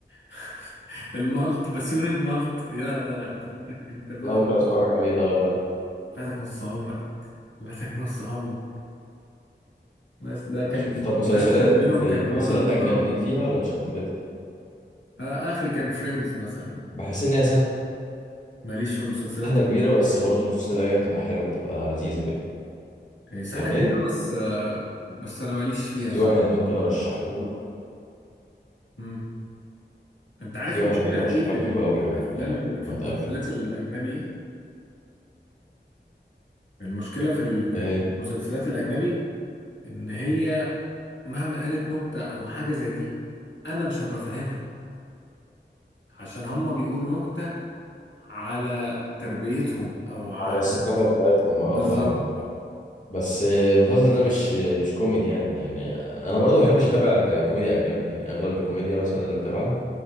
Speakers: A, on the left; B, on the left.
A: <laughs> المالت بسيون المالت لا لا لا انت فاتك انت فاتك
B: لا ممكن
A: نص-
B: اتفرج عليه ده والله
A: فاتك نص عمرك فاتك نص عمرك بس ده كان
B: اشوف طب مسلسلات
A: مسلسل منهم كان هو
B: مسلسلات
A: ده اللي محترم
B: اجنبي
A: قوي
B: ليك فيها ولا مش قد كده
A: آه، اخري كان فريندز مثلا
B: بحس ان هي
A: ماليش في المسلسلات
B: سهله
A: الأجنبية
B: كبيره بس برضه المسلسلات الاجنبي بتبقى حلوه بتبقى لذيذه كده
A: هي سهلة
B: كان
A: كبيرة
B: ايه
A: بس آه، بس أنا ماليش فيها
B: في
A: صح
B: واحد ممكن ارشحه لك
A: مم. أنت عارف
B: في
A: المشكلة
B: واحد ممكن
A: في
B: ارشحه
A: إيه في,
B: لك
A: ال...
B: حلو قوي
A: في الأفلام
B: قوي هيعجبك
A: ال... في
B: انا
A: المسلسلات
B: متاكد
A: الأجنبي إيه؟ المشكلة في ال-
B: ايه
A: في المسلسلات الأجنبي إن هي مهما قالت نكتة أو حاجة زي دي أنا مش هبقى فاهمها عشان هما بيقولوا نكتة على تربيتهم أو على
B: على الثقافه بتاعتهم
A: بالظبط
B: اه فاهمك بس المسلسل ده مش مش كوميدي يعني يعني انا برضه ما بحبش اتابع كوميدي اجنبي يعني اغلب الكوميديا مثلا اللي بتابعها